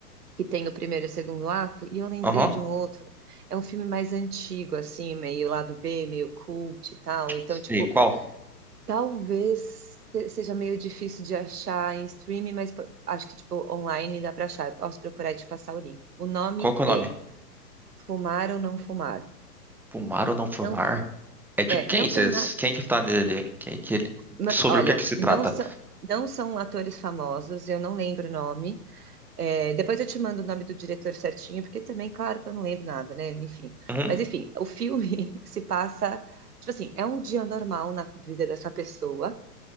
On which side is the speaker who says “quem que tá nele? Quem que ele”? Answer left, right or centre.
Centre